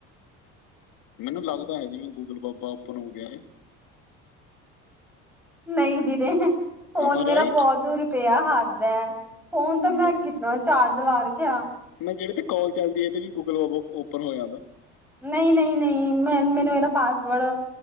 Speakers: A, on the left; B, in the centre.
A: ਮੈਨੂੰ ਲੱਗਦਾ ਹੈ ਜੀਵੇਂ ਗੂਗਲ ਬਾਬਾ ਓਪਨ ਹੋ ਗਿਆ ਹੈ।
B: ਨਹੀਂ ਵੀਰੇ! ਫੋਨ
A: ਆਮ
B: ਮੇਰਾ
A: ਰਾਈਟ
B: ਬਹੁਤ ਪਇਆ, ਹੱਦ ਹੈ। ਫੋਨ ਤਾਂ ਮੈਂ
A: ਨਹੀਂ
B: ਕਿੱਦਾਂ ਚਾਰਜ ਲਾ ਰੱਖਿਆ।
A: ਨਾ ਜਿਹੜੇ ਤੇ ਕਾਲ ਚੱਲਦੀ ਹੈ ਇਹਦੇ ਤੇ ਵੀ ਗੂਗਲ ਬਾਬਾ ਓਪਨ ਹੋ ਜਾਂਦਾ।
B: ਨਹੀਂ- ਨਹੀਂ -ਨਹੀਂ ਮੈਂ ਮੈਨੂੰ ਇਹਦਾ ਪਾਸਵਰਡ